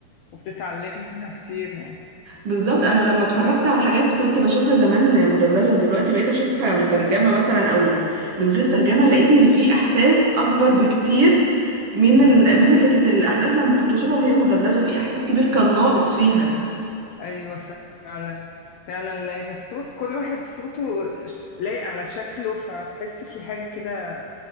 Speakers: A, on the left; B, on the right.
A: وبتتعلمي منها كتير يعني
B: بالظبط انا لما اتفرجت على حاجات كنت بشوفها زمان مدبلجه ودلوقتي بقيت اشوفها مترجمه مثلا او من غير ترجمه لقيت ان في احساس اكبر بكتير من
A: آه،
B: ال... من اللي كانت الاحداث لما كنت بشوفها وهي مدبلجه في احساس كبير كان ناقص فيها
A: أيوة فعلا فعلا لأن الصوت كل واحد صوته ش- لايق على شكله فتحسي في حاجة كده